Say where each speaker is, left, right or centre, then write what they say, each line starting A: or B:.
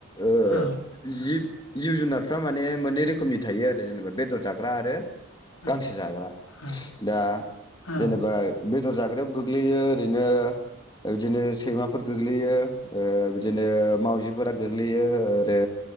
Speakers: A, on the left (about 20°); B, on the left (about 90°).
A: ओ
B: औ
A: जिब जिब जुनार फ्रा माने मोननै रोखोमनि थायो आरो जेनेबा बेदर जाग्रा आरो
B: औ
A: गांसो जाग्रा
B: औ
A: दा
B: औ
A: जेनेबा बे बेदर जाग्रायाव गोग्लैयो ओरैनो बिदिनो सैमाफोर गोग्लैयो ओ बिदिनो मावउजिफोरा गोग्लैयो ओरो